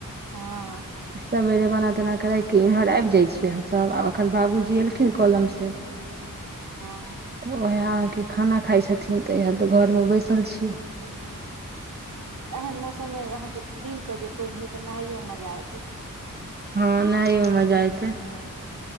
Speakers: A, on the right; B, on the right.
A: हँ।
B: सबेरे बना-तना कऽ राखि के इम्हर आबि जाइ छियै हमसभ आब एखन बाबूजी एलखिन कलमसे
A: हँ
B: तऽ ओएह खाना खाइ छथिन तऽ इएह तऽ घरमे बैसल छी।
A: एहन मौसममे अहाँके दिन कऽ जे पानि होय त नहाइयोमे मज- -जा आइत।
B: हँ, नहाइयोमे मजा एतै।